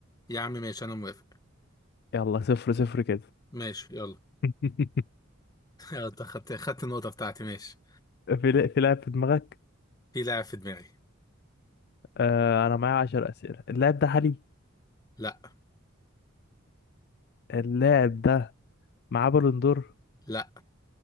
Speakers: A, on the left; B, on the left.
A: يا عم ماشي أنا موافق
B: يلا صفر صفر كده
A: ماشي يلا
B: <laughs>
A: يلا، انت خدت خدت النقطة بتاعتي ماشي
B: في لا- في لاعب في دماغك
A: في لاعب في دماغي
B: آه انا معايا عشر اسئله اللاعب ده حالي
A: لا
B: اللاعب ده معاه بالون دور
A: لا